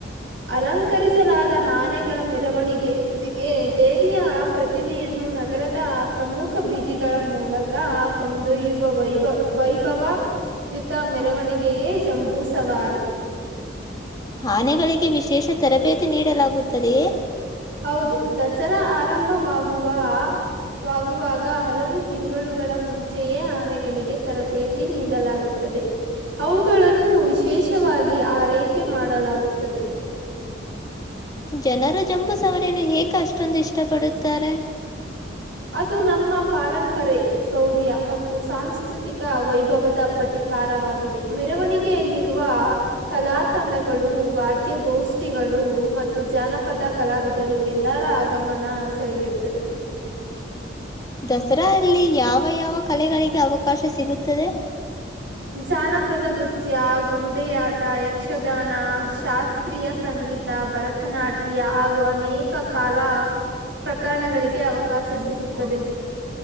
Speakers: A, on the right; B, on the left.
A: ಅಲಂಕರಿಸಲಾದ ಆನೆಗಳ ಮೆರವಣಿಗೆ ದೇವಿಯ ಆ ಪ್ರತಿ ಪ್ರತಿಮೆಯನ್ನು ನಗರದ ಪ್ರಮುಖ ಬೀದಿಗಳ ಮೂಲಕ ಕೊಂಡೊಯ್ಯುವ ವೈಭವ ವೈಭವ ಯುತ ಮೆರವಣಿಗೆಯೇ ಜಂಬೂ ಸವಾರಿ
B: ಆನೆಗಳಿಗೆ ವಿಶೇಷ ತರಬೇತಿ ನೀಡಲಾಗುತ್ತದೆಯೇ
A: ಹೌದು ದಸರಾ ಆರಂಭವಾಗುವ ಆ ವಾಗುವಾಗ ಹಲವು ತಿಂಗಳುಗಳ ಮುಂಚೆಯೇ ಆನೆಗಳಿಗೆ ತರಬೇತಿ ನೀಡಲಾಗುತ್ ತ್ತದೆ ಅವುಗಳನ್ನು ವಿಶೇಷವಾಗಿ ಆರೈಕೆ ಮಾಡಲಾಗುತ್ತದೆ
B: ಜನರು ಜಂಬು ಸವರಿಯನ್ನು ಹೇಕ ಅಷ್ಟೊಂದು ಇಷ್ಟ ಪಡುತ್ತಾರೆ
A: ಅದು ನಮ್ಮ ಪಾರಂಪರೆ ಶೌರ್ಯ ಮತ್ತು ಸಾಂಸ್ಕೃತಿಕ ವೈಭವದ ಪ್ರತಿಕಾರವಾಗಿದೆ ಮೆರವಣಿಗ್ ತ್ತಿ ಯಲ್ಲಿರುವ ಕಲಾ ತಂಡಗಳು ವಾದ್ಯಗೋಷ್ಠಿಗಳು ಮತ್ತು ಜಾನಪದ ಕಲಾವಿದರು ಎಲ್ಲರ ಆಗಮನ ಸೆಳೆಯುತ್ತದೆ
B: ದಸರ ಅಲ್ಲಿ ಯಾವ ಯಾವ ಕಲೆಗಳಿಗೆ ಅವಕಾಶ ಸಿಗುತ್ತದೆ
A: ಜಾನಪದ ನೃತ್ಯ ಗೊಂಬೆಯಾಟ ಯಕ್ಷಗಾನ ಶಾಸ್ತ್ರೀಯ ಸಂಗೀತ್ ತ ಭರತನಾಟ್ಯ ಹಾಗೂ ಅನೇಕ ಕಾಲ ಪ್ರಕರಣಗಳಿಗೆ ಅವಕಾಶ ಸಿಗುತ್ತದೆ